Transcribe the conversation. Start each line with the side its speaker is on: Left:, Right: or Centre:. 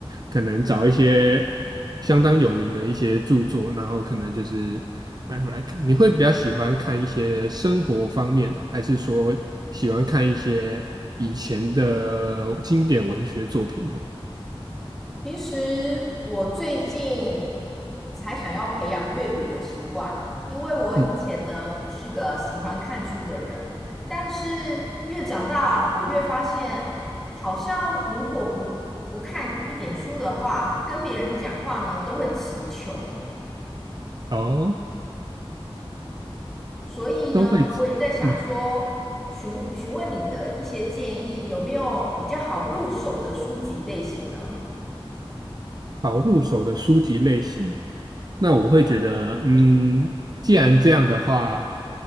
Right: 可能找一些相当有名的一些著作，然后可能就是买回来看。你会比较喜欢看一些生活方面的，还是说喜欢看一些以前的经典文学作品呢？
Centre: 其实我最近才想要培养阅读的习惯，因为我以前呢不是个喜欢看书的人，
Right: 嗯。
Centre: 但是越长大，我越发现，好像如果不不看一点书的话，跟别人讲话呢都会词穷，
Right: 哦，
Centre: 所以呢，
Right: 都会吃，
Centre: 我也在想说，
Right: 嗯，
Centre: 询询问你的一些建议，有没有比较好入手的书籍类型呢？
Right: 好入手的书籍类型，那我会觉得，嗯，既然这样的话，